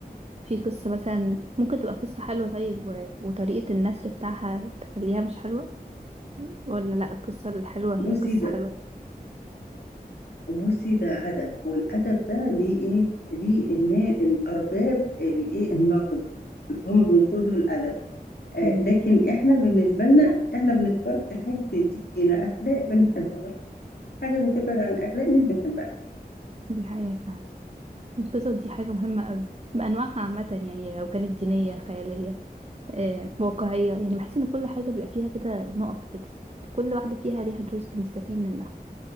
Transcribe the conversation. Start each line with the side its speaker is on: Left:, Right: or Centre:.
Right: في قصة مثلا ممكن تبقى قصة حلوة طيب و... وطريقة النثر بتاعها تخليها مش حلوة ولا لا القصة الحلوة
Left: بصي
Right: هي قصة
Left: ده
Right: حلوة
Left: بصي ده أدب والأدب ده ليه ايه ليه النا- الأرباب الايه النقد اللي هم بينقدوا الأدب آه،
Right: امم
Left: لكن احنا بالنسبة لنا احنا بنتفرج الحاجة اللي تدينا اخلاق بنحبها والحاجة اللي تبعد عن الاخلاق مش بنحبها
Right: دي حقيقة فعلا القصة دي حاجة مهمة قوي بأنواعها عامة يعني لو كانت دينية خيالية آه، واقعية يعني بحس ان كل حاجة بيبقى فيها كده نقط كده كل واحدة فيها ليها دروس بنستفيد منها